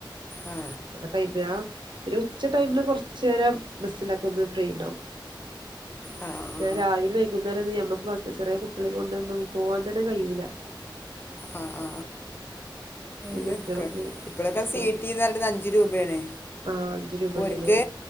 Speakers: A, on the left; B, on the right.
A: ആ
B: ആ ഇതാണ് ഒരു ഉച്ച ടൈമില് കൊറച്ചു നേരം ബസ്സിലൊക്ക്ക്കൊന്ന് ഫ്രീ ഉണ്ടാവും
A: ആ ആ ആ
B: രാവിലിം വൈകുന്നേരംന്നും നമ്മക്ക് ചെറിയ കുട്ടികളെ കൊണ്ടെന്നും പോവാൻ തന്നെ കയ്യൂല
A: ആഹ ആ ആ
B: ഈ
A: അതക്ക
B: കുട്ടികൾക്ക്
A: ഇപ്പഴൊക്കെ
B: സ്കൂൾക്ക്
A: സീട്ടീന്ന് പറണത് അഞ്ചു രൂപയാണേ
B: ആഹ് അഞ്ച് രൂപ ഉണ്ടല്ലേ
A: ഓര്ക്ക്‌